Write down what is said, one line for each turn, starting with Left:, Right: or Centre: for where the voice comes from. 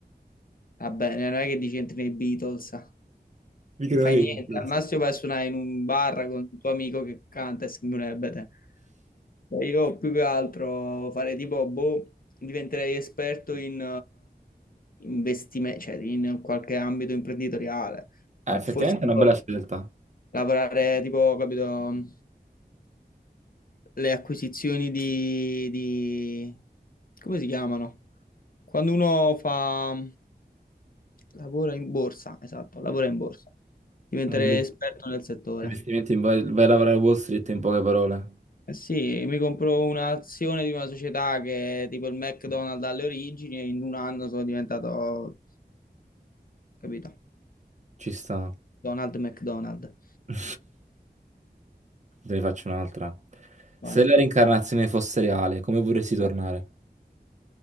Left: va bene, non è che dici entri nei Beatles, non
Right: Mi creo
Left: fai
Right: io.
Left: niente,
Right: <laughs>
Left: al massimo vai a suonare in un bar con il tuo amico che canta e sembra un ebete. Cioè, Io più che altro farei tipo, boh, diventerei esperto in investimento, cioè in qualche ambito imprenditoriale,
Right: Eh, effettivamente
Left: forse tipo
Right: è una bella scelta.
Left: lavorare tipo, capito, le acquisizioni di, di- come si chiamano? Quando uno fa, lavora in borsa, esatto, lavora in borsa, diventare
Right: Mm.
Left: esperto nel settore.
Right: Investimenti in vai, vai a lavorare a Wall Street in poche parole.
Left: Eh sì, mi compro un'azione di una società che è tipo il McDonald's alle origini e in un anno sono diventato, capito?
Right: Ci sta.
Left: Donald McDonald.
Right: <laughs> Te ne faccio un'altra. Se
Left: Vai.
Right: la reincarnazione fosse reale, come vorresti tornare?